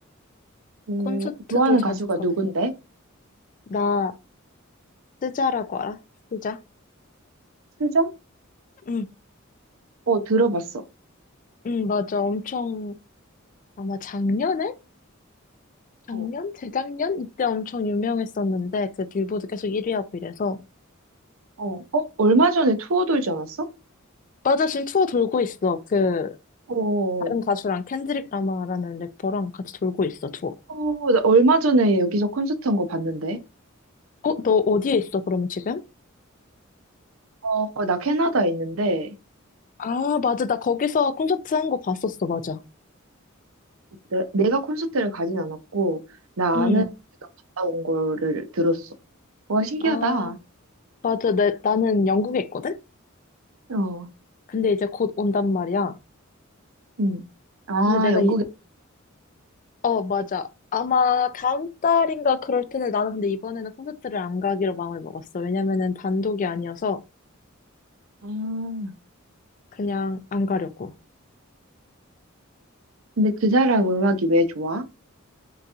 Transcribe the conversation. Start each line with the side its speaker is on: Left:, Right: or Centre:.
Right: 어,
Left: 콘서트도
Right: 좋아하는
Left: 자주
Right: 가수가
Left: 가.
Right: 누군데?
Left: 나 쓰자라고 알아? 쓰자?
Right: 수정?
Left: 응,
Right: 어, 들어봤어.
Left: 응, 맞아. 엄청 아마 작년에? 작년?
Right: 어,
Left: 재작년? 이때 엄청 유명했었는데 그 빌보드 계속 1위 하고 이래서.
Right: 어, 어, 얼마 전에 투어 돌지 않았어?
Left: 맞아, 지금 투어 돌고 있어. 그
Right: 어,
Left: 다른 가수랑 켄드릭 라마라는 래퍼랑 같이 돌고 있어, 투어.
Right: 어, 나 얼마 전에 여기서 콘서트 한 거 봤는데.
Left: 어, 너 어디에 있어, 그러면 지금?
Right: 어, 나 캐나다에 있는데
Left: 아, 맞아. 나 거기서 콘서트 한 거 봤었어, 맞아.
Right: 내, 내가 콘서트를 가진 않았고 나
Left: 응.
Right: 아는 애가 갔다 온 거를 들었어. 와 신기하다.
Left: 아, 맞아. 내, 나는 영국에 있거든?
Right: 어,
Left: 근데 이제 곧 온단 말이야.
Right: 응. 아
Left: 근데 내가
Right: 영국에.
Left: 이, 어, 맞아. 아마 다음 달인가 그럴 텐데 나는 근데 이번에는 콘서트를 안 가기로 마음을 먹었어. 왜냐면은 단독이 아니어서
Right: 아, 음.
Left: 그냥 안 가려고.
Right: 근데 그 사람 음악이 왜 좋아?